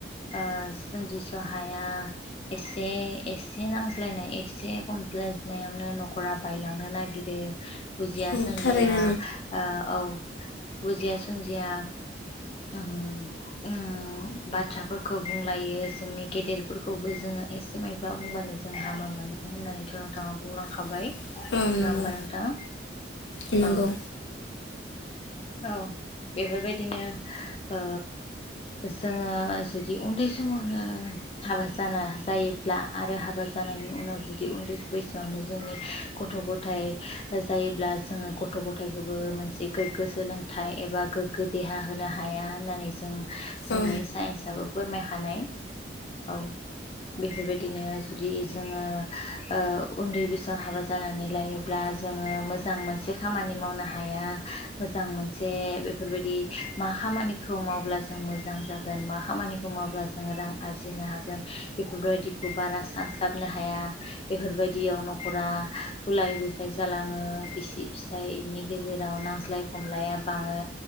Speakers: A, on the left (about 35°); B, on the left (about 80°).
A: ओ सोमजिस' हाया। एसे एसे नांज्लायनाय एसे हमज्लायनायावनो न'खरा बायलांनो नागिर रो बुजिया
B: औ
A: सोमजिया।
B: थारैनो
A: ओ औ बुजिया सोमजिया उम उम बाथ्राफोरखौ बुंलायो जोंनि गेदेरफोरखौबो जोङो एसे मायबा बुंबानो जोंहामा मोनो होननानैथ' नोंथाङा बुंलांखाबाय।
B: नोंथां
A: ङा
B: औ नंगौ
A: होमबा नोंथां?
B: नंगौ
A: औ औ बेफोरबायदिनो ओ जोङो जुदि उन्दै समावनो हाबा जाना जायोब्ला आरो हाबा जानायनि उनाव जुदि उन्दैस बैसोआवनो जोंनि गथ' गथाय जायोब्ला जोङो गथ' ग गथायखौबो मोनसे गोग्गो सोलोंथाइ एबा गोग्गो देहा होनो हाया होननानै जों सोंनि
B: औ
A: साइन्सावबो फोरमाय हानाय औ। बेफोरबायदिनो जुदि जोङो ओ उन्दै बेसोआव हाबा जानानै लायोब्ला जोङो मोज जां मोनसे खामानि मावनो हाया मोजां मोनसे बेफोरबायदि मा खामानिखौ मावब्ला जों मोजां जा गोन मा खामानिखौ मावब्ला जोंङो रां आरजिनो हागोन बेफोरबायदिखौ बारा सानस्लाबनो हाया। बेफोरबायदियाव न'खरा गुलाय गुजाय जालाङो बिसि फिसाय नि गेजेराव नांज्लाय खमलाया बाङो